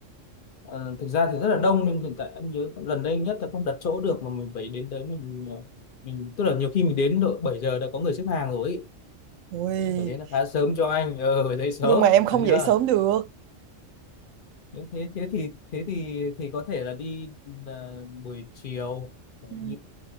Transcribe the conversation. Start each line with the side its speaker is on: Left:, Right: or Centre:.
Left: Ờ, thực ra thì rất là đông nhưng hiện tại anh nhớ gần đây nhất là không đặt chỗ được mà mình phải đến tới mình ờ, mình tức là nhiều khi mình đến độ 7 giờ đã có người xếp hàng rồi ý.
Right: Ui,
Left: Em phải đến là khá sớm cho anh ờ phải dậy sớm
Right: nhưng mà em không
Left: phải chưa
Right: dậy sớm được.
Left: nếu thế thế thì thế thì thì có thể là đi ờ, buổi chiều ờ,
Right: Ừ.
Left: những-